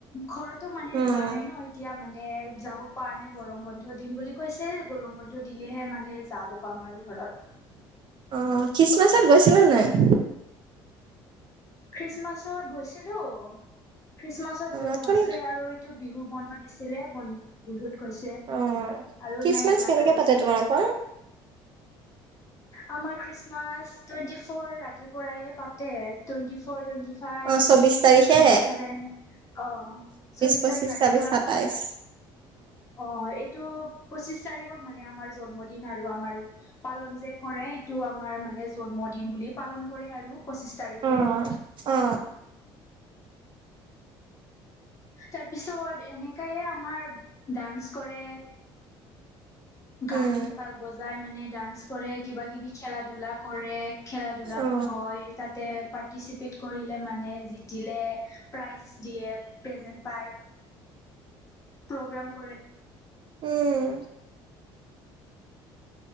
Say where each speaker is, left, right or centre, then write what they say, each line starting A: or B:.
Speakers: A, on the left; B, on the right.
A: ঘৰতো মানে
B: উম
A: যোৱা নাই ন এতিয়া মানে যাব পৰা নাই গৰম বন্ধ দিম বুলি কৈছে গৰম বন্ধ দিলেহে মানে যাব পাম আৰু ঘৰত
B: অ খ্ৰীষ্টমাছত গৈছিলে নে নাই
A: খ্ৰীষ্টমাছত গৈছিলো খ্ৰীষ্টমাছত
B: অ
A: গৈছে
B: তোন
A: আৰু এইটো বিহু বন্ধত দিছিলে বন বিহুত গৈছে
B: অ
A: আৰু
B: খ্ৰীষ্টমাছ
A: নাই যোৱা
B: কেনেকে
A: তাৰ পিছত
B: পাতে তোমালোকৰ
A: আমাৰ খ্ৰীষ্টমাছ টুৱেণ্টি ফৰ ৰাতিৰ পৰা পাতে টুৱেটি ফ টুৱেটি ফাইভ
B: অ
A: টুৱেণ্টি
B: চৌবিশ
A: ছিক্স
B: তাৰিখে
A: টুৱেণ্টি চছেভেন অ চৌবিশ
B: পঁচিশ
A: তাৰিখ ৰাতিৰ
B: ছাব্বিশ
A: পৰা
B: সাতাইশ
A: কৰে অ এইটো পঁচিশ তাৰিখৰ মানে আমাৰ জন্মদিন আৰু আমাৰ পালন যে কৰে এইটো টো আমাৰ মানে জন্মদিন বুলি পালন কৰে আৰু পঁচিছ তাৰিখে
B: অ অ
A: তাৰ পিছত এনেকাইে আমাৰ ডান্স কৰে গান
B: উম
A: বা বজাই মানে ডান্স কৰে কিবা কিবি খেলা ধূলা কৰে খেলা ধূলা
B: অ
A: হয় তাত তে পাৰ্টিচিপেট কৰিলে মানে জতিলে প্ৰাইজ দিয়ে প্ৰেজেণ্ট পায় প্ৰগ্ৰাম কৰে
B: উম